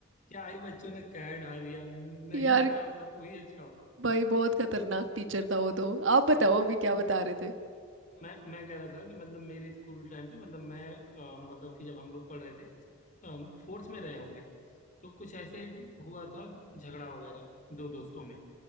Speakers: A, on the left; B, on the right.
A: क्या आई बच्चों ने कह ढा दिया
B: <laughs>
A: नहीं
B: यार
A: बताया होता तो ही अच्छा होता
B: भाई बहुत खतरनाक टीचर था वो तो आप बताओ अभी क्या बता रहे थे
A: मैं मैं कह रहा था कि मतलब मेरे स्कूल टाइम पे मतलब मैं अ, मतलब कि जब हम लोग पढ़ रहे थे फोर्थ में रहे होंगे तो कुछ ऐसे हुआ था झगड़ा वगैरह दो दोस्तों में